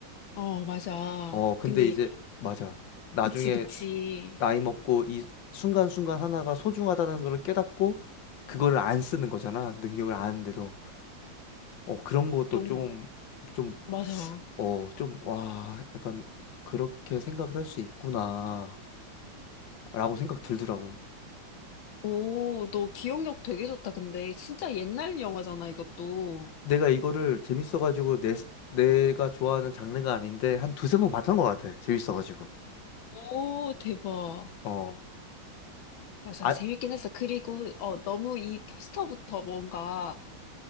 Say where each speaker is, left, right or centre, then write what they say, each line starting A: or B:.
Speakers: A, on the left; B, on the left.
A: 어, 맞아.
B: 어, 근데
A: 근데,
B: 이제 맞아. 나중에
A: 그치, 그치.
B: 나이 먹고 이 순간순간 하나가 소중하다는 걸 깨닫고 그거를 안 쓰는 거잖아. 능력을 아는데도. 어, 그런 것도
A: 너무,
B: 좀, 좀,
A: 맞아.
B: 어, 좀, 와, 약간 그렇게 생각을 할 수 있구나. 라고 생각 들더라고.
A: 오, 너 기억력 되게 좋다. 근데, 진짜 옛날 영화잖아, 이것도.
B: 내가 이거를 재밌어가지고 내, 내가 좋아하는 장르가 아닌데 한 두세 번 봤던 것 같아. 재밌어가지고.
A: 오, 대박.
B: 어.
A: 맞아,
B: 아,
A: 재밌긴 했어. 그리고, 어, 너무 이 포스터부터 뭔가,